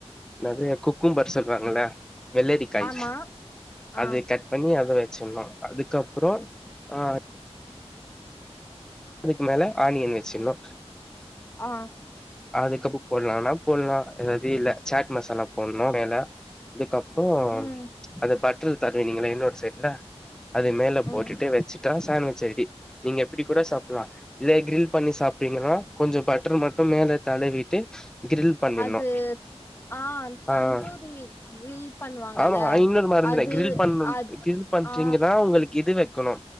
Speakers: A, in the centre; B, on the left.
A: என்னது குக்கும்பர் சொல்றாங்கள வெள்ளரிக்காய்
B: ஆமா ஆ
A: அது கட் பண்ணி அத வ சுட்னு அதுக்கப்புற ஆ அதுக்கு மேல ஆனியன் வச்சிடணு
B: ஆ
A: அதுக்கப்புற போடலாம்னா போடலாம் ஏதாவது இல்ல சேட் மசாலா போடணு மேல அதுக்கப் அப்போ
B: ம்
A: அது பட்டர் தடவினீங்கள இன்னொரு சைட்ல அது மேல போட்டுட்டே
B: ம்
A: வச்சு தா சாண்டவிச் ஐடி நீங்க இப்டி கூட சாப்ட்லா இதே க்ரில் பண்ணி சாப்டீங்கனா கொஞ்ச பட்ரு மட்டு மேல தடவிட்டு கிரில் பண்ணிட்னு
B: அது ஆ
A: ஆ
B: தந்தூரி
A: ஆ
B: கிரில் பண்ணுவாங்கல்ல
A: ஆமா ஐ இன்னோரு மறந்துனே
B: அது
A: கிரில் பண்னுன்
B: அது
A: கிரில் பண்றீங்கனா
B: ஆ
A: உங்களுக்கு இது வக்கணு